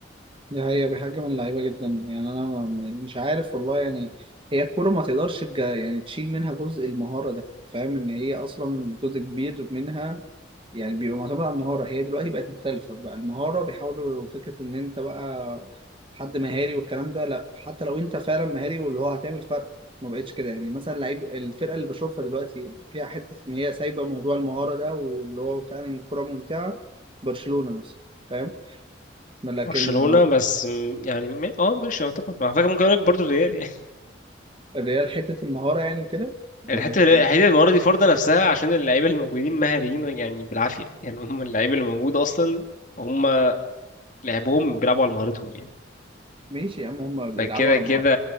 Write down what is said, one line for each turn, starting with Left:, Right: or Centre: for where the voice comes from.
Right: دي حقيقة بحاجة من اللعيبة جدا يعني أنا م- مش عارف والله يعني هي الكورة ما تقدرش تج- يعني تشيل منها جزء المهارة ده فاهم إن هي أصلا جزء كبير منها يعني بيبقى معتمد على المهارة هي دلوقتي بقت مختلفة بقى المهارة بيحاولوا فكرة إن أنت بقى حد مهاري والكلام ده لأ حتى لو أنت فعلا مهاري واللي هو هتعمل فرق ما بقتش كده يعني مثلا لعيب الفرقة اللي بشوفها دلوقتي فيها حتة إن هي سايبة موضوع المهارة ده واللي هو فعلا الكورة ممتعة برشلونة مثلا فاهم لكن
Left: برشلونة بس م- يعني ما- اه ماشي يعتبر على فكرة ممكن اقول لك برضه الريال يعني
Right: الريال حتة المهارة يعني وكده
Left: <laughs> الحتة
Right: ما هي-
Left: الريال- الحتة المرة دي فرضة نفسها عشان اللعيبة اللي موجودين مهاريين يعني بالعافية يعني هم اللعيبة اللي موجودة أصلا هم لعبهم بيلعبوا على مهارتهم يعني
Right: ماشي يا عم هما بيلعبوا
Left: فكده
Right: على
Left: كده
Right: مهارة